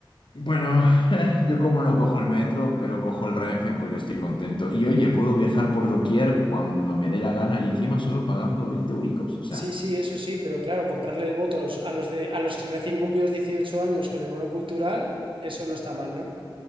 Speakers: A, on the left; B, on the right.
A: Bueno, <laughs> yo como no cojo el metro, pero cojo el Renfe, pues yo estoy contento. Y oye, puedo viajar por doquier cuando me dé la gana y encima solo pagando 20 euricos, o sea...
B: Sí, sí, eso sí, pero claro, comprarle el voto a los, a los de, a los recién cumplidos 18 años con el bono cultural, eso no está mal, ¿no?